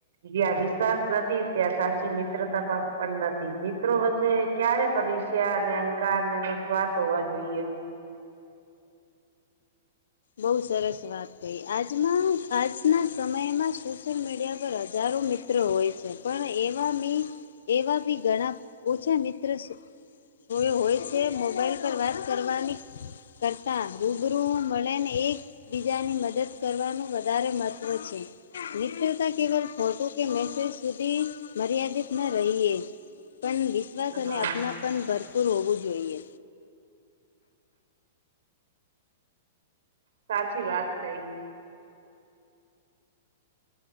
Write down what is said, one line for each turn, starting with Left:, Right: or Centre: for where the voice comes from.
Right: જ્યાં વિશ્વાસ નથી ત્યાં સાચી મિત્રતા પણ નથી મિત્રો વચ્ચે ક્યારે પણ <unintelligible>
Left: બહુ સરસ વાત કહી આજમાં આજના સમયમાં સોશિયલ મીડિયા પર હજારો મિત્ર હોય છે પણ એવા બી એવા બી ઘણા ઓછા મિત્ર જોયો હોય છે મોબાઈલ પર વાત કરવાની કરતા રૂ ગુરુઓ મળેને એકબીજાની મદદ કરવાનું વધારે મહત્ત્વ છે. મિત્રતા કેવલ ફોટો કે મેસેજ સુધી મર્યાદિત ન રહીએ. પણ વિશ્વાસ અને
Right: હા
Left: અપનાપન ભરપૂર હોવું જોઈએ.
Right: સાચી વાત કઈ.